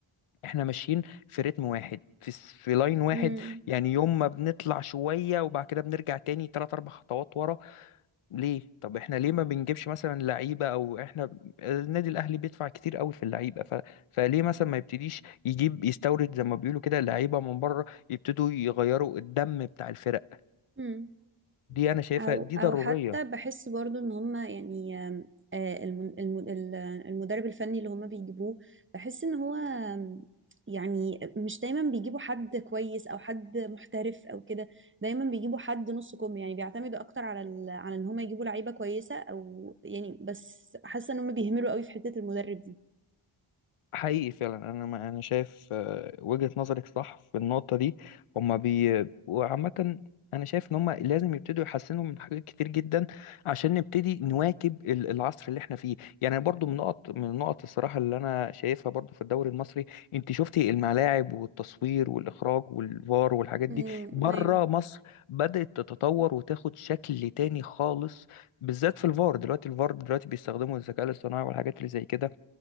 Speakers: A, on the left (about 80°); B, on the right (about 25°).
A: احنا ماشيين في رتم واحد في س- في لاين واحد
B: امم
A: يعني يوم ما بنطلع شويه وبعد كده بنرجع تاني 3 4 خطوات ورا ليه طب احنا ليه ما بنجيبش مثلا لعيبه او احنا ب- النادي الاهلي بيدفع كتير قوي في اللعيبه ف... فليه مثلا ما يبتديش يجيب يستورد زي ما بيقولوا كده لعيبه من بره يبتدوا يغيروا الدم بتاع الفرق
B: امم
A: دي انا شايفها
B: او
A: دي
B: او
A: ضروريه
B: حتى بحس برضو ان هما يعني آم، آه، الم- الم- ال- المدرب الفني اللي هما بيجيبوه بحس ان هو آم، يعني مش دايما بيجيبوا حد كويس او حد محترف او كده دايما بيجيبوا حد نص كم يعني بيعتمدوا اكتر على ال... على ان هما يجيبوا لعيبه كويسه او يعني بس حاسه ان هما بيهملوا قوي في حته المدرب دي
A: حقيقي فعلا انا ما انا شايف آه، وجهة نظرك صح في النقطة دي هما بي وعامة انا شايف ان هما لازم يبتدوا يحسنوا من حاجات كتير جدا عشان نبتدي نواكب ال- العصر اللي احنا فيه يعني برضو من نقط من النقط الصراحة اللي انا شايفها برضو في الدوري المصري انت شفتي الملاعب والتصوير والاخراج والفار والحاجات دي
B: امم
A: بره
B: ايوه
A: مصر بدأت تتطور وتاخد شكل تاني خالص بالذات في الفار دلوقتي الفار دلوقتي بيستخدموا الذكاء الاصطناعي والحاجات اللي زي كده